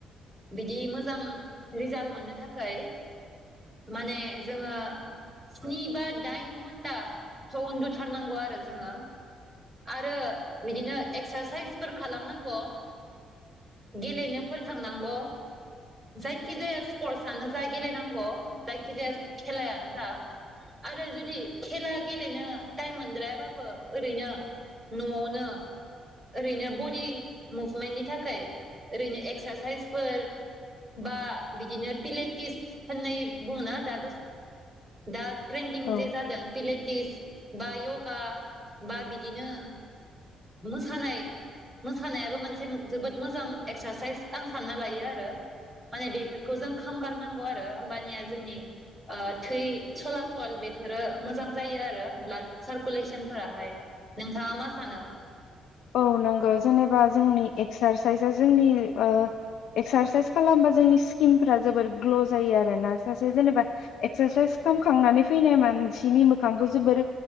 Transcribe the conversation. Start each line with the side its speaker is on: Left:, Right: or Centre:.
Right: बिदि मोजां रिजालट मोननो थाखाय माने जोङो स्नि बा दाइन घन्टाथ' उन्दुथारनांगौ आरो जोङो, आरो बिदिनो एक्सारसाइसफोर खालामनांगौ गेलेनोफोर थांनांगौ जायखिजाया स्पर्टसआनो जा गेलेनांगौ जायखिजाया खेलायानो जा आरो जुदि खेला गेलेनो टाइम मोनद्रायाबाबो ओरैनो, न'आवनो ओरैनो बडि मुभमेन्टनि थाखाय ओरैनो एक्सारसाइसफोर बा बिदिनो पिलेटिस होननाय बुङोना दा दस दा ट्रेनदिं
Left: औ
Right: जे जादों पिलेटिस बा योगा बा बिदिनो, मोसानाय मोसानायाबो मोनसे जोबोद मोजां एक्सारसाइस आं सानना लायो आरो माने बेफोरखौ जों खामगारनांगौ आरो होमबानिया जोंनि ओ थै सला सल बेफोरो मोजां जायो आरो ब्लाड सारकुलेसन फोराहाय नों नोंथाङा मा सानो?
Left: औ नंगौ जेनेबा जोंनि एक्सारसाइजआ जोंनि ओ एक्सारसाइस खालामबा जोंनि स्किनफ्रा जोबोर ग्ल' जायो आरोना सासे जेनेबा एक्सारसाइस खालामखांनानै फैनाय मानसिनि मोखांखौ जोबोर